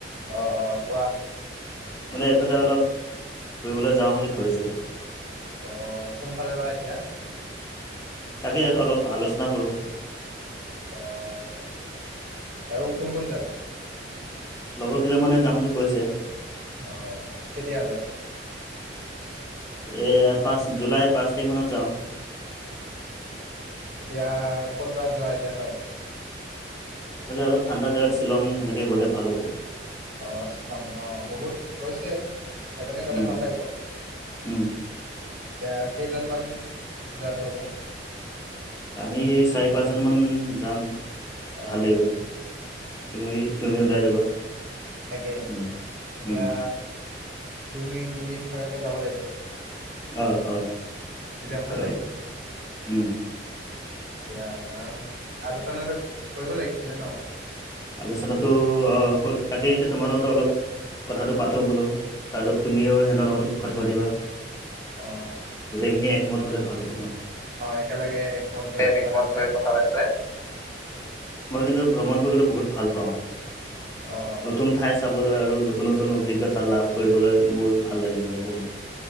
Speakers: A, on the right (about 50°); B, on the left (about 15°).
A: অহ অহ কোৱা।
B: মানে এইফালে অলপ ফুৰিবলৈ যাওঁ বুলি ভাবিছিলোঁ।
A: অহ কোনফালে বা এতিয়া?
B: তাকে ইয়াত অলপ আলোচনা কৰোঁ।
A: অহ আৰু কোন কোন যাবা?
B: লগৰকেইজনমানে যাম বুলি কৈছে
A: আহ কেতিয়ালে?
B: এ পাঁচ জুলাইৰ পাঁচ তাৰিখ মানত যাওঁ।
A: এতিয়া ক'ত বা যোৱা এতিয়া হয়।
B: এইফালে অলপ ঠাণ্ডা জাগাত শ্বিলং এনেকে গ'লে ভাল হ'ব।
A: অঁ' শ্বিলং অঁ' বহুত গৈছে সেইপিনে গ'লে
B: উম,
A: ভাল লাগিব।
B: উম।
A: এতিয়া কেইজনমান যোৱাটো হ'ব?
B: আমি চাৰি পাঁচজন মান যাম।
A: অঁ
B: ভাল লাগিব তুমি তুমিও ওলাই যাবা।
A: তাকেই
B: উম
A: এতিয়া
B: উম
A: দুই তিনিদিন থকাকে যাব লাগিব।
B: অঁ' অঁ'
A: তেতিয়া ভাল
B: যাব লাগিব উম।
A: এতিয়া আলোচনাটো কৰিব লাগিছিলে ন।
B: আলোচনাটো তাকেই এতিয়া তোমাৰ লগতো অলপ কথাটো পাতো বোলো। তাৰপিছত তুমিও সিহঁতৰ লগতো কথা পাতিবা।
A: অহ।
B: গোটেইখিনি একমত হলে ভাল হ'ব ন।
A: একেলগে একমত হৈ কথা
B: একমত
A: পাতিলে
B: হৈ কথা পাতিব মই কিন্তু ভ্ৰমণ কৰিবলৈ বহুত ভাল পাওঁ
A: অঁ
B: নতুন ঠাই চাবলৈ আৰু নতুন নতুন অভিজ্ঞতা লাভ কৰিবলৈ মোৰ ভাল লাগে মানে বহুত।